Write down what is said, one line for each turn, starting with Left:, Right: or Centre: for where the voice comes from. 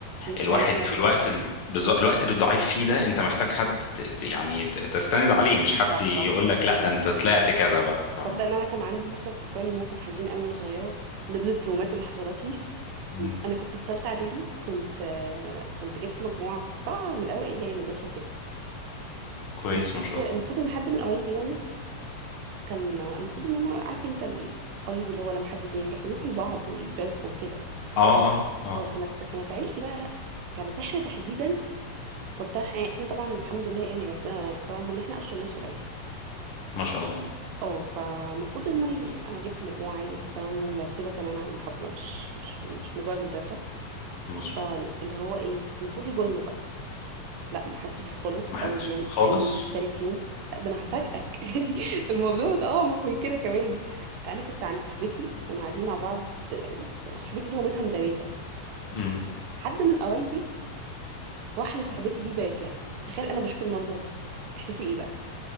Right: مش
Left: الواحد
Right: عي- مش عيلتك
Left: في الوقت ال... بالظ- الوقت اللي ضعيف فيه ده انت محتاج حد ت... ت- يعني ت- تستند عليه مش حد
Right: صح
Left: يقول
Right: صح
Left: لك لا
Right: حبيبي
Left: ده انت طلعت كذا بقى ف
Right: تصدق ان انا كان عندي لسه مفكرني موقف حزين قوي وانا صغيره من ضمن التهمات اللي حصلت لي
Left: مم.
Right: <laughs> انا كنت في ثالثه اعدادي كنت آه، كنت جبت مجموعه كنت طالعه من الاوائل يعني مدرسه وكده
Left: كويس
Right: المفروض
Left: ما شاء
Right: المفروض
Left: الله
Right: ان حد من قرايبي يعني كان المفروض ان هم عارف انت القريد اللي هو لما حد بينجح بيروحوا لبعض ويباركوا وكده
Left: اه اه اه
Right: اه كانت كانت عيلتي بقى لا كانت احنا تحديدا كنت احنا إحنا طبعا الحمد لله يعني ربنا كرم ان احنا اشطر ناس في العيله
Left: ما شاء الله
Right: اه فالمفروض هم ي... انا جبت مجموعه عالي في ثانوي ومرتبه كمان على المحافظه مش مش مش مجرد مدرسه
Left: مظبوط
Right: فاللي هو ايه المفروض يجوا لنا بقى لا ما حدش جه خالص
Left: ما
Right: اول
Left: حدش
Right: يوم
Left: خالص
Right: تاني يوم تالت يوم لا ده انا هفاجئك <laughs> يعني الموضوع ده اعمق من كده كمان انا كنت عند صاحبتي كنا قاعدين مع بعض ب... وصاحبتي دي مامتها مدرسه
Left: امم
Right: حد من قرايبي راح لصاحبتي دي بارك لها تخيل انا بشوف المنظر ده احساسي ايه بقى